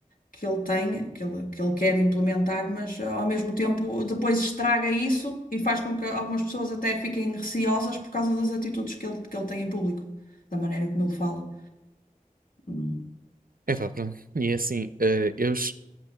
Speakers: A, on the left; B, on the right.
A: que ele tem, que ele, que ele quer implementar, mas eh, ao mesmo tempo depois estraga isso e faz com que algumas pessoas até fiquem receosas por causa das atitudes que ele, que ele tem em público, da maneira como ele fala. Hum,
B: Epá, pronto. E é assim, eh, eu,